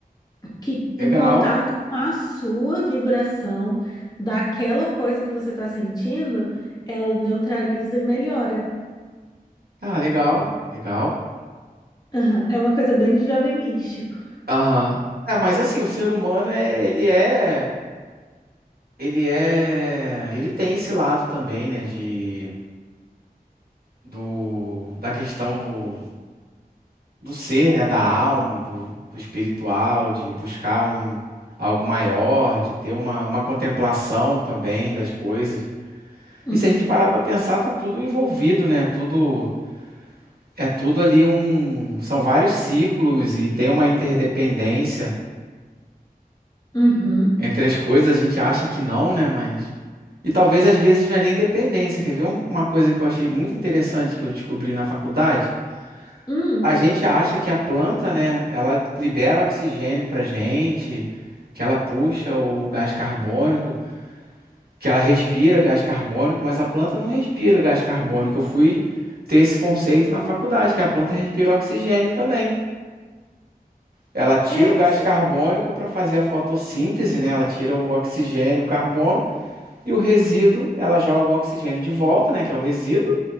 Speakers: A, on the left (about 25°); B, on the right (about 80°).
A: que
B: Legal.
A: em contato com a sua vibração daquela coisa que você está sentindo, ela neutraliza e melhora.
B: Tá, legal, legal.
A: Aham, É uma coisa bem de jovem místico.
B: Aham. É, mas assim, o ser humano é, ele é, ele é, ele tem esse lado também, né, de do da questão do, do ser, né, da alma, do, do espiritual, de buscar um algo maior, de ter uma, uma contemplação também das coisas.
A: Uhum,
B: E se a gente parar para pensar, tá tudo envolvido, né? Tudo é tudo ali um, são vários ciclos e tem uma interdependência
A: uhum,
B: entre as coisas. A gente acha que não, né? Mas e talvez às vezes não é nem dependência. Quer ver um- uma coisa que eu achei muito interessante que eu descobri na faculdade?
A: hum,
B: A gente acha que a planta, né? Ela libera oxigênio pra gente, que ela puxa o gás carbônico. que ela respira gás carbônico, mas a planta não respira gás carbônico. Eu fui ter esse conceito na faculdade, que a planta respira oxigênio também. Ela tira
A: é,
B: o gás
A: s-
B: carbônico para fazer a fotossíntese, né? Ela tira o oxigênio, o carbono e o resíduo, ela joga o oxigênio de volta, né, que é o resíduo,